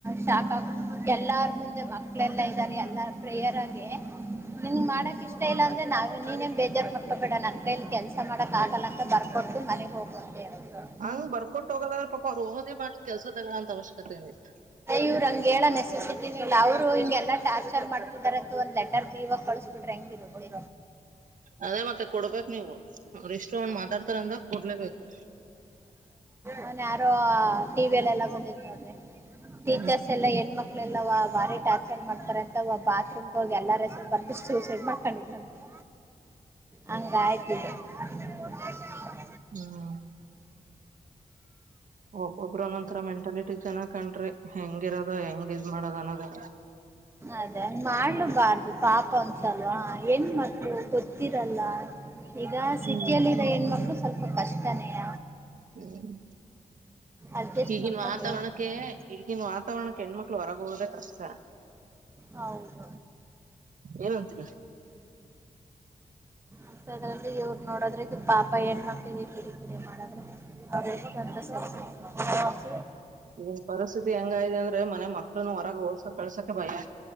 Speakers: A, on the right; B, on the right.
A: ಶಾಕ್ ಆಗ ಬಿಟ್ಟು ಎಲ್ಲಾರು ಮುಂದೆ ಮಕ್ಳೆಲ್ಲ ಇದರು. <unintelligible> ನಾನ್ ಎಲ್ಲ ಪ್ರೇಯರ್ ಆಗಿ ನಿನಗ್ ಮಾಡಕ್
B: ಹ್ಮ್
A: ಇಷ್ಟ ಇಲ್ಲ ಅ ನಾವೇ ನೀನೇನ್ ಬೇಜಾರ್ ಮಾಡ್ಕೋಬೇಡ ನನ್ ಕೈಲಿ ಕೆಲ್ಸ ಮಾಡಕ್ ಆಗಲ್ಲ ಅಂತ ಬರ್ಕೊಟ್ಟು ಮನೆ ಹೋಗು ಅಂತ ಹೇಳಿದ್ರು.
B: ಹಂಗ್ ಬರ್ಕೊಟ್ಟ ಹೋಗೋದಾದ್ರ ಪಾಪ ಅವ್ರು ಓದಿ ಮಾಡಿ ಕೆಲ್ಸ ತಗೊಳ್ಳಂತ ಅವಶ್ಯಕತೆ ಏನಿತ್ತು
A: ಇವ್ರ್ ಹಂಗ್ ಹೇಳೋ ನೆಸೆಸಿಟಿನೆ ಇಲ್ಲ ಅವರು ಹಿಂಗೆಲ್ಲ ಟಾರ್ಚರ್ ಮಾಡ್ತಿದ್ದಾರೆ ಅಂತ ಒಂದ್ ಲೆಟರ್ ಪೀವಾಗ ಕಳಸ್ಬಿಟ್ರೆ ಹೆಂಗಿರುತ್ತೆ.
B: ಅದೇ ಮತ್ತೆ ಕೊಡ್ಬೇಕ್ ನೀವು. ಅವ್ರ ಇಷ್ಟು ಒಂದ್ ಮಾತಾಡ್ತಾರ ಅಂದಾಗ ಕೊಡ್ಲೇಬೇಕು
A: ಅವ್ನ್ ಯಾರೋ ಟಿವಿಯಲ್ ಎಲ್ಲಾ ಬಂದೈತ್ ನೋಡ್ರಿ ಟೀಚರ್ಸ್
B: ಹ್ಮ್
A: ಎಲ್ಲಾ ಹೆಣ್ ಮಕ್ಳೆಲ್ಲವಾ ಬಾರಿ ಟಾರ್ಚರ್ ಮಾಡ್ತಾರೆ ಅಂತ ಅವ ಬಾತ್ರೂಮ್ ಹೋಗಿ ಎಲ್ಲಾರ ಹೆಸರು ಬರ್ದು ಸೂಸೈಡ್ ಮಾಡ್ಕೊಂಡಿದ್ನಂತೆ ಹಂಗ್ ಆಯ್ತ್ ಇದು. ಹ
B: ಹ್ಮ್. ಒಬ್ಬೊಬ್ಬರು ಒಂದೊಂದ್ ತರಾ ಮೆಂಟಾಲಿಟಿ ಜನ ಕಣ್ರಿ ಹೆಂಗಿರೋದು ಹೆಂಗ್ ಇದ್ ಮಾಡೋದ್ ಅನ್ನೋದೇ
A: ಅದೇ ಹಂಗ್ ಮಾಡ್ಲುಬಾರ್ದು ಪಾಪ ಅನ್ಸಲ್ವಾ ಹೆಣ್ ಮಕ್ಳು ಗೊತ್ತಿ ದಲ್ಲ ಈಗ
B: ಹ್ಮ್
A: ಸಿಟಿಯಲ್ಲಿ ಇರೋ ಹೆಣ್ಮಕ್ಳು ಸ್ವಲ್ಪ ಕಷ್ಟನೇಯ.
B: ಹ್ಮ್.
A: ಅಡ್ಜಸ್ಟ್
B: ಈಗಿನ
A: ಮಾಡ್ಕೊಂಡು
B: ವಾತಾವರಣಕ್ಕೆ
A: ಹೋಗ್ತಾರೆ
B: ಈಗಿನ ವಾತಾವರಣಕ್ಕೆ ಹೆಣ್ಮಕ್ಳು ಹೊರಗ್ ಹೋಗೋದೇ ಕಷ್ಟ.
A: ಹೌದು.
B: ಏನಂತೀರಿ
A: ಅಂತದ್ರಲ್ಲಿ ಇವ್ರ್ ನೋಡೋದ್ರೆ ಇದು ಪಾಪ ಹೆಣ್ ಮಕ್ಳಿಗೆ ಕಿರಿ ಕಿರಿ ಮಾಡದ್ರೆ ಅವ್ರ್ ಎಷ್ಟ್ ಅಂತ ಸಹಿಸ್ಕೋತಾರೆ.
B: ಈಗಿನ್ ಪರಿಸ್ಥಿತಿ ಹೆಂಗಾಗಿದೆ ಅಂದ್ರೆ ಮನೆ ಮಕ್ಳನು ಹೊರಗೆ ಹೋಲ್ಸ ಕಳ್ಸಕೆ ಭಯ.